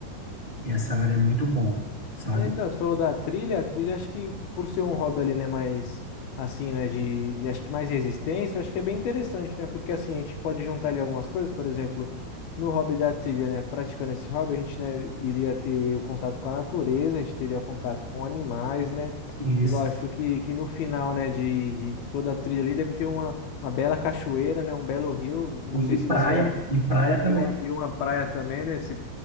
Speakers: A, on the right; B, on the left.
A: que essa área é muito bom, sabe?
B: É, Então, tu falou da trilha, a trilha acho que por ser um hobby ali, né, mais assim, né, de, de- acho que mais resistência, acho que é bem interessante, né, porque assim, a gente pode juntar ali algumas coisas, por exemplo, no hobby da trilha, né, praticando esse hobby, a gente, né, iria ter o contato com a natureza, a gente teria contato com animais, né,
A: Isso.
B: e lógico que, que no final, né, de, de toda a trilha ali deve ter uma, uma bela cachoeira, né, um belo rio, não
A: O-
B: sei
A: E
B: se
A: praia,
B: você já...
A: e praia
B: E
A: também.
B: uma, e uma praia também, né? Se